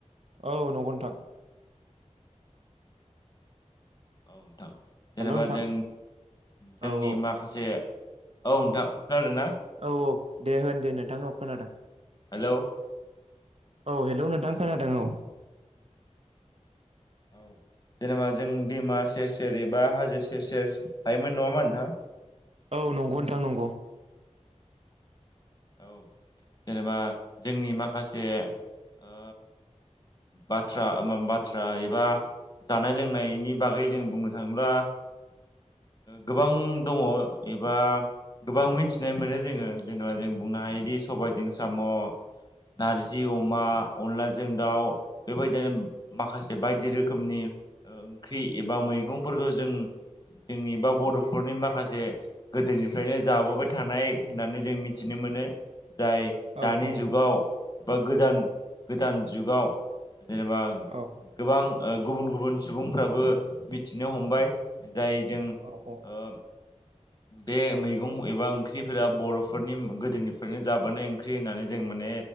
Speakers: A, on the right (about 55°); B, on the left (about 35°).
A: औ नंगौ नोंथां ।
B: औ नोंथां
A: हेल'
B: जेनेबा
A: नोंथां
B: जों जोंनि
A: औ औ
B: माखासे औ नोंथां ओंखारादों ना?
A: औ औ दे होन दे नोंथां औ खोनादों।
B: हेलौ
A: औ हेल' नोंथां खोनादों औ ।
B: औ जेनेबा जों दैमा सेस सेर एबा हाजो सेर सेर थायोमोन नङामा नोंथां ।
A: औ नंगौ नोंथां नंगौ ।
B: औ जेनेबा जोंनि माखासे ओ बाथ्रा माम बाथ्रा एबा जानाय लोंनायनि बागै जों बुंनो थाङोब्ला गोबां दङ एबा गोबां मिथिनाय मोनो जोङो जेनेबा जों बुंनो हायो । औदि सबायजों साम' नारजि अमा अनलाजों दाउ बेबायदिनो माखासे बायदि रोखोमनि ओंख्रि एबा मैगंफोरखौ जों जोंनि बा बड'फोरनि माखासे गोदोनिफ्रायनो जाबोबाय थानाय होननानै जों मिथिनो मोनो । मोनो जाय
A: औ
B: दानि
A: औ
B: जुगाव एबा गोदान गोदान जुगाव जेनेबा
A: औ
B: गोबां गुबुन गुबुन सुबुंफ्राबो मिथिनो हमबाय जाय जों
A: औ औ
B: ओ बे मैगं एबा ओंख्रिफोरा बर'फोरनि गोदोनिफ्रायनो जाबोनाय ओंख्रि होननानै जों मान